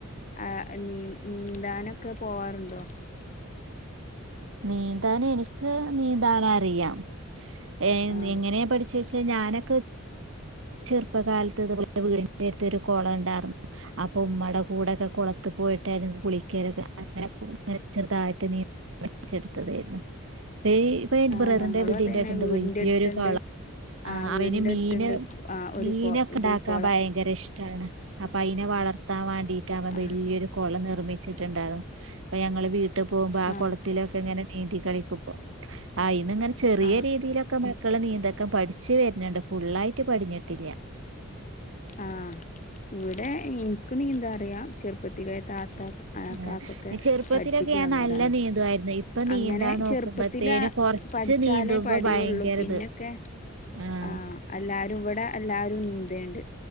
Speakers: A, on the left (about 35°); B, on the right (about 65°).
A: ആ നീ നീന്താനൊക്കെ പോവാറുണ്ടോ?
B: നീന്താൻ എനിക്ക് നീന്താൻ അറിയാം ഏ
A: ആഹ്
B: എങ്ങനെയാ പഠിച്ച വച്ച ഞാനൊക്കെ ചെറുപ്പകാലത്ത് ഇ വീടി ന്റെടുത് കുളം ഉണ്ടായിരുന്നു അപ്പൊ ഉമ്മടെ കൂടെക്കെ കൊളത്ത് പോയിട്ടായി കുളിക്കലൊക്കെ അങ്ങനങ്ങനെ ചെറതായിട്ട് നീ പടിച്ചെടുത്തതായിരുന്നു. ഇപ്പൊ എന്റെ
A: ആഹ്
B: ബ്രറിന്റെ
A: ഞങ്ങളും
B: വീടിന്റെ
A: അതന്നെ
B: ആട്ട്ണ്ട്
A: വീടിന്റെ
B: വലയരു
A: അടുത്തുണ്ട്
B: കളം ആ <unintelligible>
A: ആഹ് വീടിന്റെ
B: അവന് മീന്
A: അടുത്തുണ്ട് ആഹ് ഒരു
B: മീനൊക്കെ
A: കൊ ഇത്
B: ഇണ്ടാക്കാൻ
A: കൊളം
B: ഭയങ്കര ഇഷ്ടാണ്. അപ്പൊ അതിനെ വളർത്താൻ വേണ്ടീട്ടാ വല്യൊരു
A: ആഹ്
B: കൊള നി ർമിച്ചിട്ടുണ്ടായിരുന്നു അപ്പൊ ഞങ്ങള് വീട്ടിൽ പോകുമ്പോ ആ
A: ആഹ്
B: കുളത്തിലൊക്കെ ഇങ്ങനെ നീതി കളിക്ക ഇപ്പോ ആ ഇന്ന ഇങ്ങനെ ചെറിയ
A: ആഹ്
B: രീതിയിലൊക്കെ മക്കള് നീന്തക്കപഠിച്‌വര്ന്ന്ണ്ട് ഫുള്ളായിട്ട് പടിഞ്ഞിട്ടില്ല.
A: ആഹ് ഇവിടെ ഇൻക്ക് നീന്താ അറിയാം ചെറുപ്പത്തിലെ താത്ത
B: ആ
A: കാക്കൊക്കെ
B: ചെറുപ്പത്തിലൊക്കെ
A: പഠിപ്പിച്ചു
B: ഞാൻ
A: തന്നതാണ്
B: നല്ല നീന്തായിരുന്നു ഇപ്പൊ നീന്താന്ന്
A: അങ്ങനെ
B: നോക്കുമ്പോത്തേന്
A: ചെറുപ്പത്തില്
B: കൊറ റച്ച്
A: പഠിച്ചാലേ
B: നീന്തുമ്പോ
A: പടിയുള്ളൂ
B: ഭയങ്കര
A: പിന്നൊക്കെ
B: ഇത് ആഹ
A: ആഹ് എല്ലാരും ഇവിടെ എല്ലാരും നീന്തൽണ്ട്.